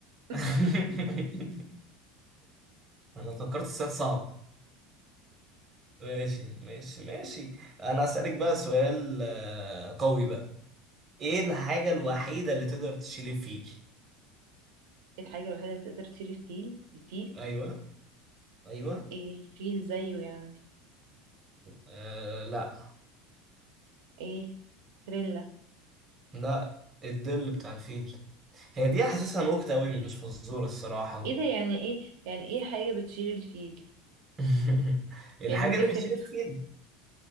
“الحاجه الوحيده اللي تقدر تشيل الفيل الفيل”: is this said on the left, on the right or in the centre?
Right